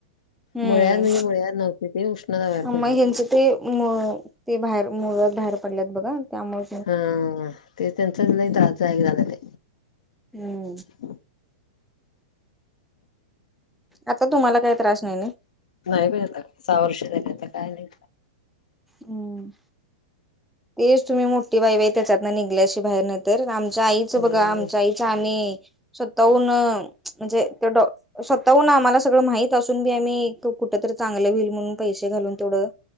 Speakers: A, in the centre; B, on the left.
A: हम्म
B: मुळ्यात म्हणजे मुळ्यात नव्हती ते उष्णताबाहेर
A: मग
B: पडले
A: ह्यांचं ते ते बाहेर मूळव्याध बाहेर पडल्यात बघा त्यामुळे
B: ह ते त्यांच नाही जाही झालं ते
A: हम्म.
B: <inaudible>
A: आता तुम्हाला काही त्रास नाही
B: नाही बय आता, सहा वर्षे झाली आता काय नही.
A: हम्म तेच तुम्ही मोठी बाईबाई त्याच्यात ना निघल्याशी बाहेर नहि तर आम आमच्या आईचं
B: हम्म
A: बघा आमच्या आई आणि स्वतःहून म्हणजे तेवढं स्वतःहून आम्हाला सगळं माहित असून बी आम्ही कुठ चांगलं व्हईल म्हणून पैसे घालून तेवढं